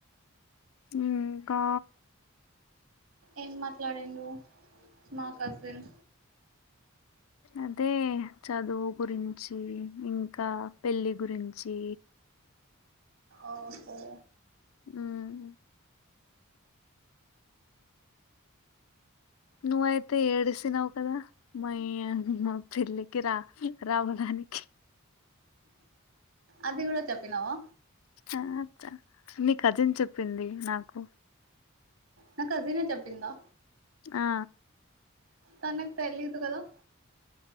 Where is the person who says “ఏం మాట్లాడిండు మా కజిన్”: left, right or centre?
Right